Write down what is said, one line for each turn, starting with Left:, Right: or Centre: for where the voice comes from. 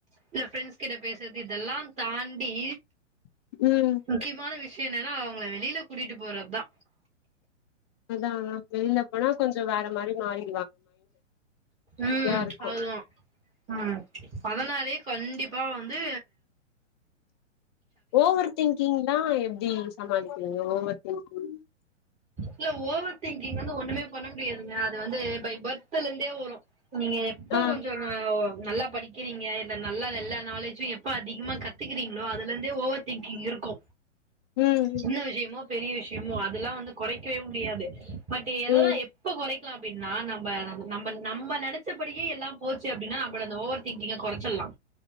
Right: இல்ல ப்ரெண்ட்ஸ் கிட்ட பேசுறது இதெல்லா தாண்டி
Left: ம் ம்
Right: முக்கியமான வி விஷயம் என்னன்னா அவங்கள வெளியில கூட்டிட்டு போறது தா
Left: அதா வெளில போனா கொஞ்ச வேற மாரி மாரி
Right: ம்
Left: இருக்கு
Right: அதுா ம் அதனாலே கண்டிப்பா வந் து
Left: ஓவர் திங்கிங்லா எப்படி சமாளிக்கிறீங்க ஓவர் <unintelligible>
Right: இல்ல ஓவர் திங்கிங் வந்து ஒண்ணுமே பண்ண முடியாதுங்க அது வந்து பை பர்த் இப்பலிருந்து வரும் நீங்க எப்போ
Left: ஆ
Right: கொஞ்ச <unintelligible> நல்லா படிக்கிறீங்க இல்ல நல்லா எல்லா நாலேஜும் எப்ப அதிகமா கத்துக்கிறீங்களோ அதுல இருந்தே ஓவர் திங்கிங் இருக்கு
Left: ம் ம்
Right: சின்ன விஷயமோ பெரிய விஷயமு அ அதெல்லா வந்து குறைக்கவே முடியாது பட் எததா
Left: ம்
Right: எப்ப குறை லாம் அப்படின்னா நம்ம நம்ம நம்ம நினச்சபடியே எல்லா போச்சு அப்படின்னா நம்மள அந்த ஓவர் திங்கிங்க குறைச்சிடலா